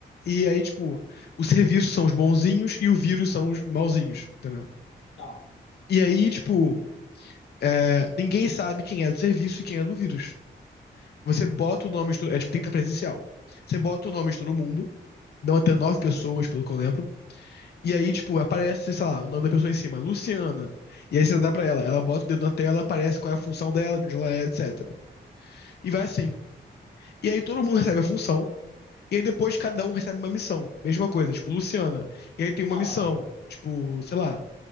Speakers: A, on the left (about 50°); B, on the left (about 80°).
A: e aí, tipo, o serviço são os bonzinhos e o vírus são os mauzinhos, entendeu?
B: Tá.
A: E aí, tipo, é, ninguém sabe quem é do serviço e quem é do vírus. Você bota o nome, de todo- é tipo, tem que estar presencial. Você bota o nome de todo mundo, dão até nove
B: Uhum.
A: pessoas, pelo que eu lembro. E aí, tipo, aparece, sei lá, o nome da pessoa em cima, Luciana. E aí você dá pra ela, ela bota o dedo na tela, aparece qual é a função dela, de onde ela é, etc. E vai assim. E aí todo mundo recebe a função, e aí depois cada um recebe uma missão. Mesma coisa, tipo, Luciana. E aí tem
B: Tá.
A: uma missão, tipo, sei lá,